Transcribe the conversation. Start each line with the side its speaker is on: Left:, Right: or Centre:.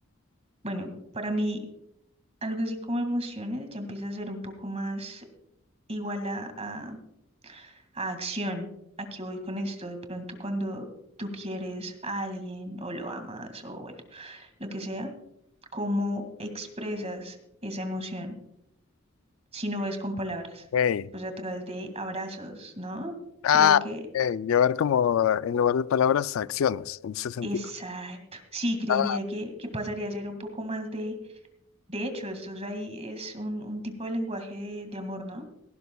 Right: bueno, para mí algo así como emociones ya empieza a ser un poco más igual a, a, a acción. ¿A qué voy con esto? De pronto cuando tú quieres a alguien o lo amas o bueno, lo que sea, ¿cómo expresas esa emoción si no es con palabras?
Left: híjole.
Right: Pues a través de abrazos, ¿no?
Left: Ah,
Right: Creo que...
Left: ok, Llevar como en lugar de palabras acciones, en ese sentido.
Right: Exacto. Sí, creería
Left: Ah,
Right: que, que pasaría a ser un poco más De hecho, esto es ahí es un, un tipo de lenguaje de, de amor, ¿no?